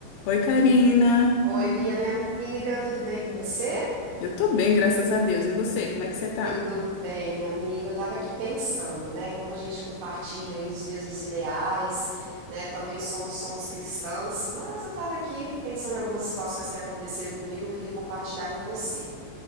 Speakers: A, on the left (about 85°); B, on the right (about 80°).
A: Oi, Karina.
B: Oi, Bia, minha amiga, tudo bem com você?
A: Eu tô bem, graças a Deus. E você, como é que você tá?
B: Tudo bem, minha amiga. Eu estava aqui pensando, né, como a gente compartilha aí dos mesmos ideais, né? Também somos somos cristãs, mas eu estava aqui pensando em algumas situações que aconteceram comigo, eu queria compartilhar com você.